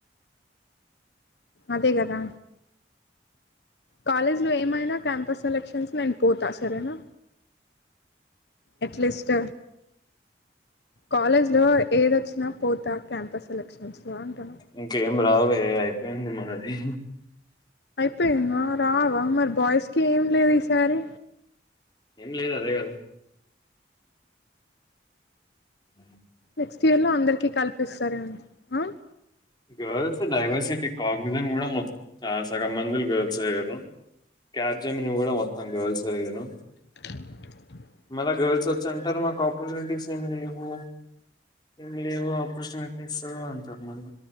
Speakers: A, on the left; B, on the left.
A: అదే కదా కాలేజ్లో ఏమైనా క్యాంపస్ సెలెక్షన్స్ నేను పోతా సరేనా ఎట్లీస్ట్ కాలేజ్ లో ఏదొచ్చినా పోతా క్యాంపస్ సెలక్షన్స్ లో అంటున్నా
B: ఇంక ఏం రావే లేదు అయి పోయింది మరది.
A: పె నువు రావా మరి బాయిస్కి ఏం లేదు ఈసారి
B: ఏం లేదు అదే గదా! అ
A: నెక్స్ట్ ఇయర్ లో అందరికి కల్పిస్తారేమో.
B: గర్ల్స్ డైవర్సిటీ కాక్సిజన్ కూడా మొత్త చాలా సగం మందిల్ గర్ల్స్ అయ్యారు. క్యాబ్ జమిన్ కూడా మొత్తం గర్ల్స్ అయ్యారు
A: <inaudible>
B: మళ్ల గర్ల్స్ వచ్చి అంటారు మాకు ఆపర్చునిటీస్ ఏమి లే వు ఏమ్ లేవు ఆపర్చునిటీస్ అంటారు మల్ల